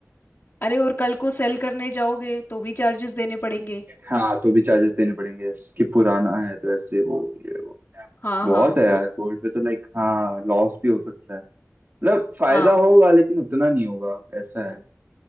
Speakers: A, on the left; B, on the right.
A: अरे और कल को सेल करने जाओगे तो भी चार्जेस देने पड़ेंगे
B: हाँ तो भी चार्जेस देने पड़ेंगे yes, कि पुराना है तो ऐसे वो ये वो
A: हाँ
B: बहुत
A: हाँ
B: है यार
A: कुछ
B: गोल्ड पे तो लाइक हाँ लॉस भी हो सकता है मतलब फायदा
A: हाँ
B: होगा लेकिन उतना नहीं होगा ऐसा है